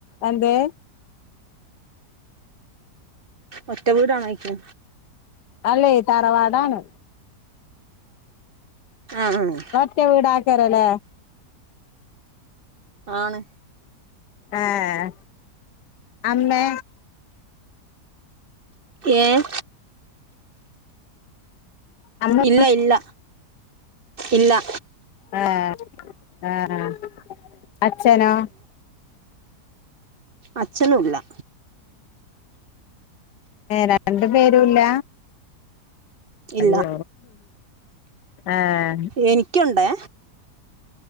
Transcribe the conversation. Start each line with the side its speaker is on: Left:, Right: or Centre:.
Left: എന്തേ?
Right: ഒറ്റ വീടാണോയ്ക്ക്
Left: അല്ലേ തറവാടാണ്
Right: ആഹ് ണ്
Left: ക്കെ വീടാക്കാരല്ലേ?
Right: ആണ്
Left: ആഹ് അമ്മേ?
Right: ഏഹ്?
Left: അമ്മ
Right: ഇല്ല. ഇല്ല. ഇല്ല.
Left: ആഹ് ആഹ് ആഹ് അച്ഛനോ?
Right: അച്ഛനുല്ലാ
Left: ഏഹ് രണ്ടു പേരൂല്ല.
Right: ഇല്ല
Left: അയ്യോ ആ
Right: എനിക്ക്യുണ്ടേ